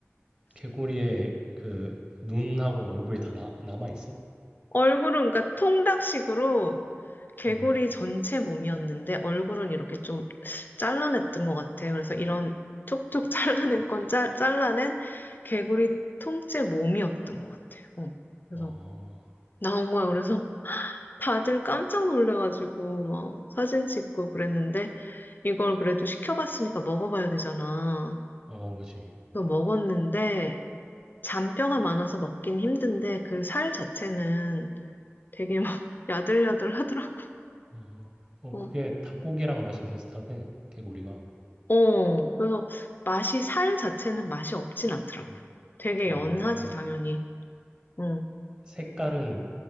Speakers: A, on the right (about 20°); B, on the left (about 45°).
A: 개구리의 그 눈하고 얼굴이 다 나, 남아있어?
B: 얼굴은 그러니까 통닭식으로 개구리
A: 음,
B: 전체 몸이었는데 얼굴은 이렇게 좀 잘라냈던 것 같아요. 그래서 이런 촉촉 <laughs> 잘라낸 건 짜, 잘라낸 개구리 통째 몸이었던 것 같아요. 어. 그래서
A: 어,
B: 나온 거야. 그래서 다들 깜짝 놀래가지고 막 사진 찍고 그랬는데 이걸 그래도 시켜봤으니까 먹어봐야 되잖아.
A: 어, 그지.
B: 그래서 먹었는데 잔뼈가 많아서 먹긴 힘든데 그 살 자체는 되게 막 <laughs> 야들야들하더라고.
A: 어, 어,
B: 어,
A: 그게 닭고기랑 맛이 비슷하대, 개구리가.
B: 어, 그래서 맛이 살 자체는 맛이 없진 않더라고.
A: 음,
B: 되게
A: 아,
B: 연하지, 당연히. 응.
A: 색깔은,